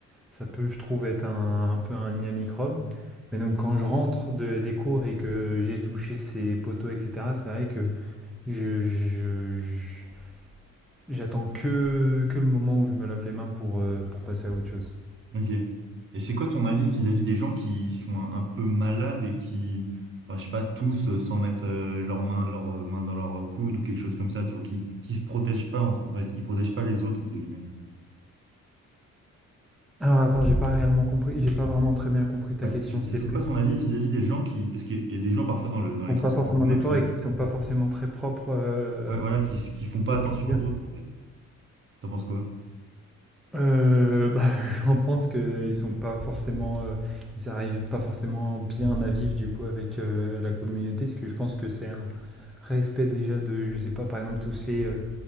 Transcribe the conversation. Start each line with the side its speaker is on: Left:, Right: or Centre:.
Centre: ça peut, je trouve, être un, un peu un nid à microbes. Mais donc quand je rentre de- des cours et que j'ai touché ces poteaux, etc., c'est vrai que je, je- je- j'attends que, que le moment où je me lave les mains pour, euh, pour passer à autre chose.
Right: Ok. Et c'est quoi ton avis vis-à-vis des gens qui sont un, un peu malades et qui, enfin, je sais pas, tous euh, sans mettre euh, leurs mains, leurs euh, mains dans leur euh, coude ou quelque chose comme ça, tu vois, qui, qui se protègent pas, entre- enfin, qui protègent pas les autres, entre guillemets.
Centre: Alors attends, j'ai pas réellement compris, j'ai pas vraiment très bien compris ta
Right: Bah,
Centre: question.
Right: c'est- ce
Centre: C'est
Right: serait
Centre: plus
Right: quoi
Centre: qu'ils
Right: ton avis vis-à-vis des gens qui, parce qu'il y a des gens parfois dans le, dans
Centre: font
Right: les transports
Centre: pas forcément
Right: en commun
Centre: d'efforts
Right: qui,
Centre: et qu'ils sont pas forcément très propres euh,
Right: ouais, voilà, qui, s- qui font pas
Centre: au
Right: attention
Centre: quotidien.
Right: aux autres, en fait. T'en penses quoi?
Centre: Euh, bah, <laughs> j'en pense qu'ils sont pas forcément, euh, ils arrivent pas forcément bien à vivre du coup avec euh, la communauté, parce que je pense que c'est un respect déjà de, je sais pas, par exemple tousser euh,